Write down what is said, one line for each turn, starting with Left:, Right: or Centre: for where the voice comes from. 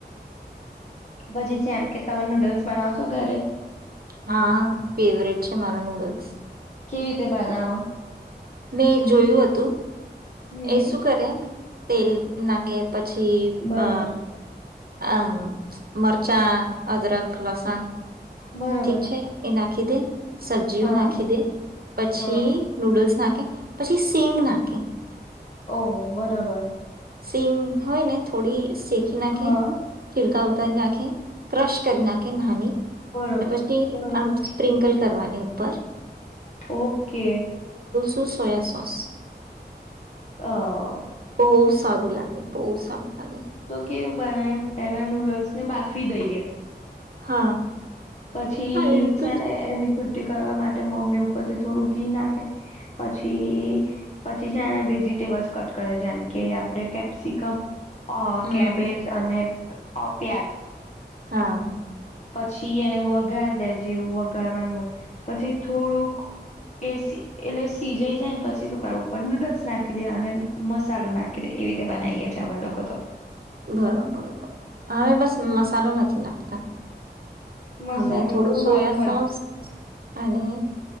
Left: પછી જેમ કે તમે નૂડલ્સ બનાવો છો ઘરે?
Right: હા, ફેવરેટ છે મારા નૂડલ્સ.
Left: કેવી તે બનાવો?
Right: મેં એક જોયું હતું,
Left: હમ.
Right: એ શું કરે તેલ નાકે પછી
Left: બરોબર
Right: અ અ મરચાં, અદરક, લસણ
Left: બરોબર
Right: ઠીક છે એના ખી દે સબ્જીઓ
Left: હા
Right: નાખી દે પછી
Left: હા
Right: નૂડલ્સ નાખે, પછી સિંગ નાખે.
Left: ઓ બરાબર.
Right: સિંગ હોય ને થોડી તેખી નાખે,
Left: હા
Right: કિરકા ઉતારી નાખે, ક્રશ કરી નાખે નાહની
Left: બરોબર
Right: ને પછી
Left: બરોબર
Right: આમ સ્પ્રિન્કલ કરવાની ઉપર.
Left: ઓકે.
Right: ટું સોયા સોસ.
Left: અ
Right: બઉ સારું લાગે. બઉ સારું લાગે.
Left: કેવી બનાવી પેલા નૂડલ્સ ને બાફી દઈએ.
Right: હા.
Left: પછી
Right: હા એ
Left: છે
Right: તો
Left: ને એની <unintelligible> કરવા માટે મમ્મી ઉપરથી થોડું ઘી નાખે પછી પછી છેને વેજીિટેબલ્સ કટ કરે જેમ કે આપડે કેપ્સિકમ અ
Right: હમ
Left: કેબેજ અને અ પ્યાજ
Right: હા.
Left: પછી પી એને વઘાર દે જેવું વઘારવાનું હોય પછી થોડુંક એસી એટલે સીજાઈ જાયને પછી શક ઉપર નૂડલ્સ નાખી દે અને મસાલો નાખી દે એવી રીતે બનાવીએ છેએ અમે લોકો તો.
Right: બરોબર હવે બસ મસાલો નથી નાખતા.
Left: મસાલો
Right: અમે થોડું
Left: તો
Right: સોયા
Left: નોર્મલ.
Right: સોસ અને